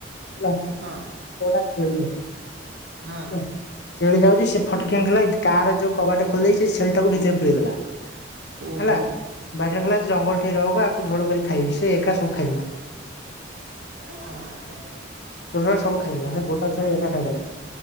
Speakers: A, on the left (about 60°); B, on the right (about 65°).
A: ହେଲା
B: ହଁ
A: <unintelligible>
B: ହଁ।
A: ହେଲା। ଛେଳି ଯାଉଛି ସେ ଫଟକିନ ଗଲା କାର ଯୋଉ କବାଟ ଖୋଲିଦେଇକି ସେ ଛେଳି ତାକୁ ଭିତରେ ପୁରେଇ ଦେଲା।
B: ଓହୋ।
A: ହେଲା, ବାଟରେ କହିଲା ଜଙ୍ଗଲ ଠେଇ ରଖ ଆକୁ ଝୋଳ କରି ଖାଇବି ସେ ଏକା ସବୁ ଖାଇଦେଲା।
B: ହଁ
A: ଟୋଟାଲ ସବୁ ଖାଇଦେଲା ସେ ଗୋଟା ଛେଳି ଏକା ଖାଇଦେଲା।